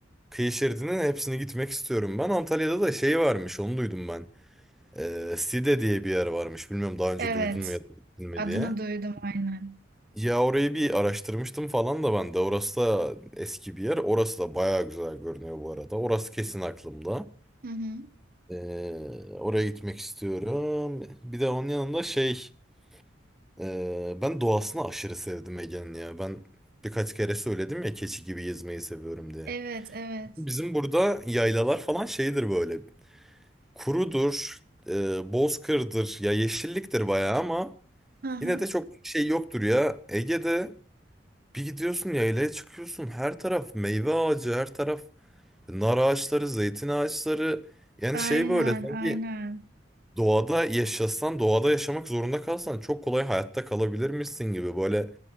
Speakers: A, in the centre; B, on the right.
A: kıyı şeridinin hepsini gitmek istiyorum ben. Antalya'da da şey varmış onu duydum ben. Ee, Side diye bir yer varmış. Bilmiyorum daha önce
B: Evet.
A: duydun mu ya da gittin mi
B: Adını
A: diye.
B: duydum aynen.
A: Ya orayı bir araştırmıştım falan da ben de. Orası da eski bir yer. Orası da bayağı güzel görünüyor bu arada. Orası kesin aklımda.
B: Hı hı.
A: Ee, oraya gitmek istiyorum. Bir de onun yanında şey Ee, ben doğasını aşırı sevdim Ege'nin ya. Ben birkaç kere söyledim ya keçi gibi gezmeyi seviyorum diye.
B: Evet, evet.
A: Bizim burada yaylalar falan şeydir böyle. Kurudur, e, bozkırdır, ya yeşilliktir bayağı ama
B: Hı hı.
A: yine de çok şey yoktur ya. Ege'de bir gidiyorsun yaylaya çıkıyorsun her taraf meyve ağacı, her taraf nar ağaçları, zeytin ağaçları. Yani
B: Aynen,
A: şey böyle sanki
B: aynen.
A: Doğada yaşasan, doğada yaşamak zorunda kalsan çok kolay hayatta kalabilir misin gibi böyle